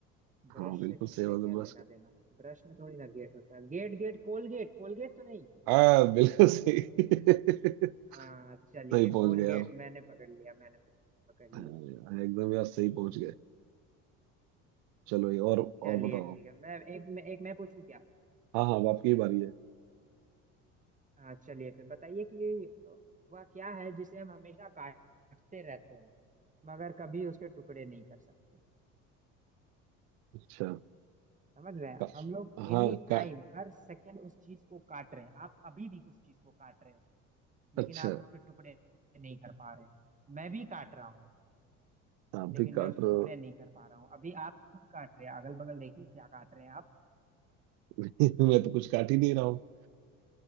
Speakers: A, on the right (about 20°); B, on the right (about 70°).
A: ब्रश
B: हाँ बिल्कुल
A: से कुछ
B: सही
A: है
B: बात
A: क्या
B: है बस
A: लेना देना ब्रश में थोड़ी ना गेट होता है गेट गेट कोलगेट कोलगेट तो नहीं
B: हाँ बिल्कुल सही <laughs>
A: हाँ चलिए
B: सही पहुंच
A: कोलगेट
B: गए यार
A: मैंने पकड़ लिया मैंने पकड़ लिया
B: हाँ, एकदम यार सही पहुंच गए चलो ये और और
A: चलिए
B: बताओ
A: ठीक
B: आप
A: है मैं एक मैं एक मैं पूछूं क्या
B: हाँ हाँ अब आपकी ही बारी है
A: हाँ चलिए फिर बताइए कि वह क्या है जिसे हम हमेशा काटते रहते हैं मगर कभी उसके टुकड़े नहीं कर सकते
B: अच्छा
A: समझ रहे हैं
B: का,
A: हम लोग
B: हाँ
A: एनी टाइम
B: का
A: हर सेकंड उस चीज को काट रहे हैं आप अभी भी उस चीज को काट रहे हो लेकिन
B: अच्छा
A: आप उसके टुकड़े नहीं कर पा रहे हो मैं भी काट रहा हूँ
B: आप
A: लेकिन
B: भी काट
A: मैं उसको
B: रहे
A: टुकड़े
B: हो
A: नहीं कर पा रहा हूँ अभी आप खुद काट रहे हैं अगल बगल देखिए क्या काट रहे हैं आप
B: <laughs> मैं तो कुछ काट ही नहीं रहा हूँ